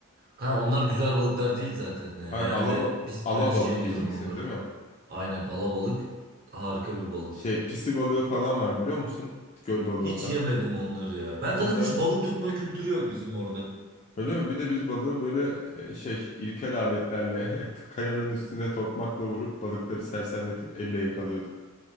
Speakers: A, on the right; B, on the left.
A: Ha, onlar güzel balıklar değil zaten ya.
B: Yani
A: Genelde
B: alaba,
A: biz
B: alabalık
A: ben hiç yemiyorum
B: yiyeceksin
A: onları.
B: değil mi?
A: Aynen alabalık harika bir balık.
B: Şey pisi balığı falan var biliyor musun? Göl balığı
A: Hiç
B: o da.
A: yemedim onları ya. Ben
B: Onlar
A: zaten hiç balık tutma kültürü yok bizim orada.
B: Öyle mi? Bir de biz balığı böyle e, şey ilkel aletlerle <laughs> kayanın üstüne tokmakla vurup balıkları sersemletip elle yakalıyorduk.